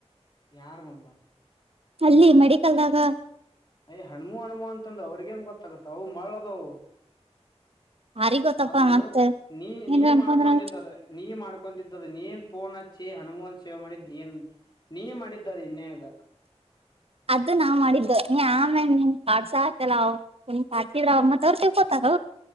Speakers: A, on the left; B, on the right.
A: ಯಾರ್ ಮುಂದ
B: ಅಲ್ಲಿ ಮೆಡಿಕಲ್ದಾಗ
A: ಅಯ್ ಹಣ್ಮು ಹಣ್ಮು ಅಂತಂದ್ರ ಅವ್ರಿಗೇನ್ ಗೊತ್ತಾಗತ್ತ ಅವು ಮಾಡ್ದವು
B: ಯಾರಿಗ್ ಗೊತ್ತಪ್ಪ
A: ಅದು
B: ಮತ್ತ
A: ನೀ
B: ಏನ್
A: ನೀ
B: ಅನ್ಕೊಂಡ್ರ
A: ಮಾಡ್ಕೊನ್ ದಿದ್ ಅದು ನೀ ಮಾಡ್ ಕುಂತಿದ್ ಅದು ನೀನ್ ಪೋನ್ ಹಚ್ಚಿ ಹನುಮ್ ಸೇವ್ ಮಾಡಿದ್ ನೀನ್ ನೀ ಮಾಡಿದ್ ಇನ್ಯಾಗ
B: ಅದು ನಾವ್ ಮಾಡಿದ್ದು ನೀ ಆಮೇಲೆ ನೀನ್ ಕಾಡ್ಸಾ <unintelligible> ಲ್ಲ ಪಾತರಮ್ಮ ಅವರು ತ ಹೋತಾರ